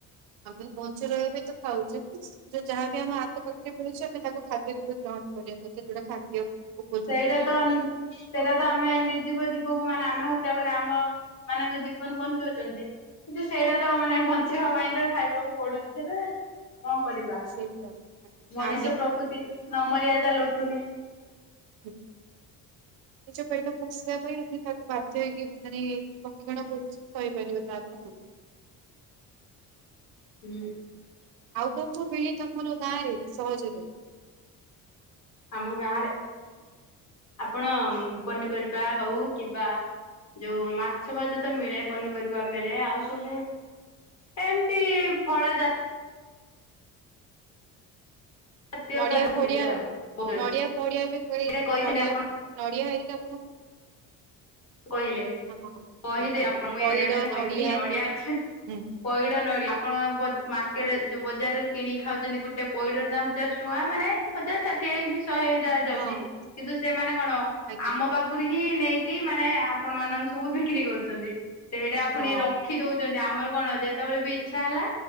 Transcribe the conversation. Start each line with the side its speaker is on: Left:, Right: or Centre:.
Right: ଆମେ ବଞ୍ଚିରହିବା ପାଇଁ ତ ଖାଉଛେ ଯୋଉ ଯାହାବି ଆମ ଆଖ ପାାଖରେ ମିଳୁଛି ଆମେ ତାକୁ ଖାଦ୍ୟ ରୂପେ ଗ୍ରହଣ କରିବା କଥା ଯୋଉଟା ଖାଦ୍ୟ ଉପଯୋଗୀ।
Left: ସେଇଟା ତ ସେଇଟା ତ ଆମେ ନିର୍ଜୀବ ଜୀବକୁ ମାନେ ଆମେ ହତ୍ୟା କରି ଆମ ମାନଙ୍କ ଜୀବନ ବଞ୍ଚଉଛନ୍ତି। କିନ୍ତୁ ସେଇଟା ତ ମାନେ ବଞ୍ଚିବା ପାଇଁ ତ ଖାଇବାକୁ ପଡୁଛି ସେଟା କଣ କରିବା
Right: ସେଇଟା
Left: ମଣିଷ
Right: ଆଉ
Left: ପ୍ରକୃତି ନ ମରିଆ ଯାଏ ଲୁଟୁନି।
Right: ହୁଁ। ନିଜ ପେଟ ପୋଷିବା ପାଇଁ ଆମେ ତାକୁ ବାଧ୍ୟ ହେଇକି ମାନେ ଭକ୍ଷଣ କରୁଛୁ। କହିପାରିବ ତା ପଇଁ ଆଉ
Left: ହୁଁ।
Right: ଆଉ କୋଉ କୋଉ ମିଳେ ତମର ଗାଁ ରେ ସହଜରେ?
Left: ଆମ ଗାଁରେ ଆପଣ ପନିପରିବା ହଉ କିବା ଯୋଉ ମାଛ ଫାଛ ତ ମିଳେ ପନିପରିବା ମିଳେ। ଆଉ ସବୁ ଏମିତି ଫଳ ଜା ଜାତୀୟ
Right: ନଡିଆ
Left: ଖାଦ୍ୟ
Right: ଫଡିଆ
Left: ମିଳେ ଆଉ। ମୁଁ
Right: ନଡିଆ ଫଡିଆ ବି ମିଳେ
Left: କହିସାରି
Right: ନଡିଆ
Left: ଆପଣ
Right: ନଡିଆ ହେରିକା ବହୁତ୍
Left: କହିଲେ
Right: ହଁ
Left: କହିଦେ
Right: ଆଜ୍ଞା
Left: ଆପଣଙ୍କୁ
Right: ପଇଡ
Left: ନଡିଆ କଥା କହିଥାନ୍ତି
Right: ନଡିଆ
Left: ନଡ଼ିଆ <unintelligible>
Right: ହୁଁ।
Left: ପଇଡ ନଡି ଆପଣ ମାର୍କେଟରେ ଯୋଉ ବଜାରରେ କିଣି ଖାଉଛନ୍ତି ଗୋଟେ ପଇଡର ଦାମ ଦଶ ଟଙ୍କା ମାନେ ପଚାଶ ଷାଠିଏ ହେ ବି ଶହେ ହେଇ
Right: ହଁ
Left: ଯାଉଛି
Right: ହଁ
Left: କିନ୍ତୁ ସେମାନେ କଣ
Right: ଆଜ୍ଞା
Left: ଆମ ପାଖ ରୁ ହିଁ ନେଇକି ମାନେ ଆପଣ ମାନଙ୍କୁ ସବୁ ବିକ୍ରି କରୁଛନ୍ତି। ସେଇଟା ପୁଣି
Right: ହଁ
Left: ର ରଖି ଦଉଛନ୍ତି ଆମର କଣ ଯେତେବେଳେ ବି ଇଚ୍ଛା ହେଲା